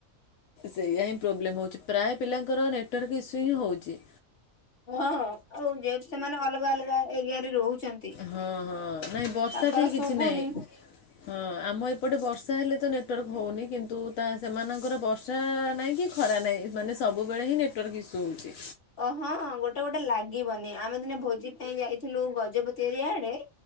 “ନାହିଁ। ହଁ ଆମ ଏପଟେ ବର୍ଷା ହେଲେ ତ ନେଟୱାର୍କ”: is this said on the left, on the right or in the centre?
Left